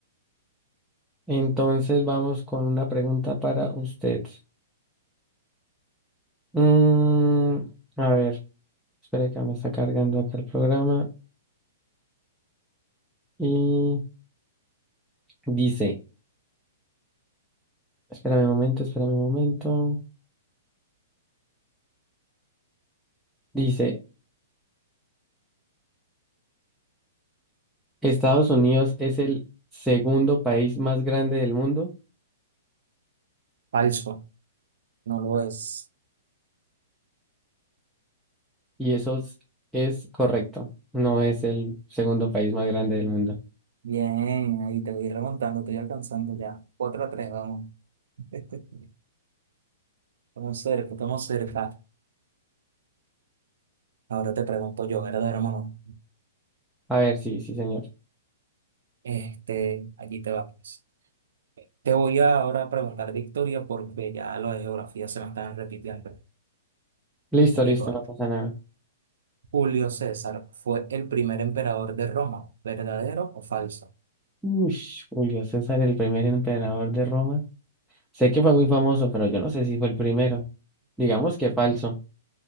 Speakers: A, in the centre; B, on the right.
A: Entonces vamos con una pregunta para usted. Mm, a ver. Espera que me está cargando acá el programa y dice, espérame un momento, espérame un momento. Dice, Estados Unidos es el segundo país más grande del mundo
B: Falso. No lo es.
A: y eso es, es correcto. No es el segundo país más grande del mundo.
B: Bien, ahí te voy remontando, te voy alcanzando ya. cuatro a tres vamos. <laughs> Estamos cerca, estamos cerca. Ahora te pregunto yo, ¿verdad, hermano?
A: A ver, sí, sí, señor.
B: Este, allí te va, pues. Te voy a ahora preguntar de historia porque ya lo de geografía se me están repitiendo.
A: Listo,
B: Allí
A: listo,
B: voy.
A: no pasa nada.
B: Julio César fue el primer emperador de Roma, ¿verdadero o falso?
A: Ush, Julio César, el primer emperador de Roma. Sé que fue muy famoso, pero yo no sé si fue el primero. Digamos que falso.